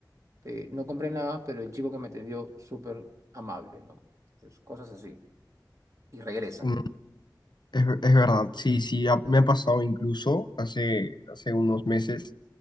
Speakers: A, on the right (about 45°); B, on the left (about 75°).
A: eh, no compré nada, pero el chico que me atendió súper amable, ¿no? Entonces, cosas así. Y regresan.
B: Mm, Es, ver- es verdad, sí, sí, ha- me ha pasado incluso hace, hace unos meses